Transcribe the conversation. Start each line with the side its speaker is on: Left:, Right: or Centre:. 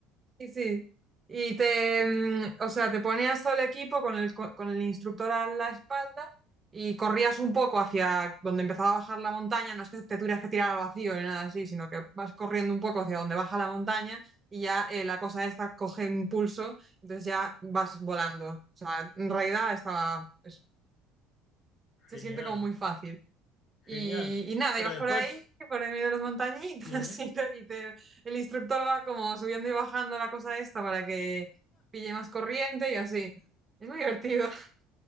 Right: Sí, sí. Y te, mm, o sea, te ponías todo el equipo con el, co- con el instructor a la espalda y corrías un poco hacia donde empezaba a bajar la montaña. No es que te tuvieras que tirar al vacío ni nada así, sino que vas corriendo un poco hacia donde baja la montaña y ya eh, la cosa esta coge impulso, entonces ya vas volando. O sea, en realidad estaba, es- se
Left: Genial,
Right: siente como muy fácil. Y,
Left: genial.
Right: y nada,
Left: Pero
Right: ibas
Left: después,
Right: por ahí, por en medio de las montañitas,
Left: sí.
Right: <laughs> y, te- y te- el instructor va como subiendo y bajando la cosa esta para que pille más corriente y así. Es muy divertido. <laughs>